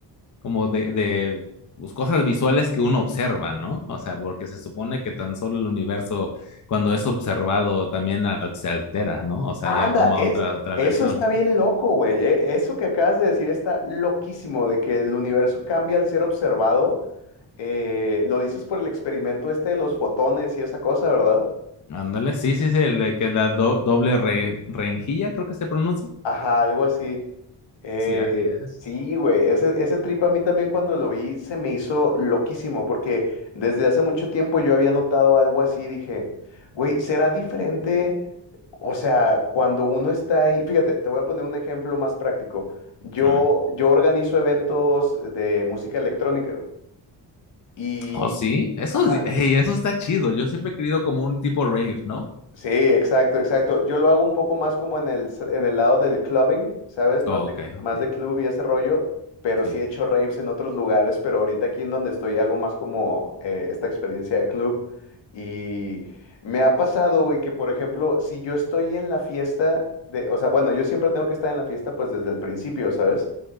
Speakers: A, on the left; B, on the left.
A: como de, de pues, cosas visuales que uno observa, ¿no? O sea, porque se supone que tan solo el universo, cuando es observado, también al- se altera, ¿no? O sea,
B: Anda,
A: ya toma
B: Am- es,
A: otra, otra
B: eso
A: versión.
B: está bien loco, güey, eh, Eso que acabas de decir está loquísimo, de que el universo cambia al ser observado. Eh, lo dices por el experimento este de los fotones y esa cosa, ¿verdad?
A: Ándale, sí, sí, sí, el de que la do- doble re- rejilla, creo que se pronuncia.
B: Ajá, algo así. Eh,
A: Sí, así es.
B: sí, güey, ese, ese trip a mí también cuando lo vi se me hizo loquísimo, porque desde hace mucho tiempo yo había notado algo así, dije, güey, será diferente, o sea, cuando uno está ahí, fíjate, te voy a poner un ejemplo más práctico. Yo,
A: A ver.
B: yo organizo eventos de música electrónica güey, y,
A: Oh, sí, eso,
B: ajá,
A: es- ey, eso está chido. Yo siempre he querido como un tipo rave, ¿no?
B: Sí, exacto, exacto. Yo lo hago un poco más como en el, s- en el lado del clubbing, ¿sabes? Más
A: Oh,
B: de,
A: ok,
B: más
A: ok,
B: de club y ese rollo, pero
A: sí,
B: sí he hecho raves en otros lugares, pero ahorita aquí en donde estoy hago más como eh, esta experiencia de club. Y me ha pasado, güey, que por ejemplo, si yo estoy en la fiesta de, o sea, bueno, yo siempre tengo que estar en la fiesta pues desde el principio, ¿sabes?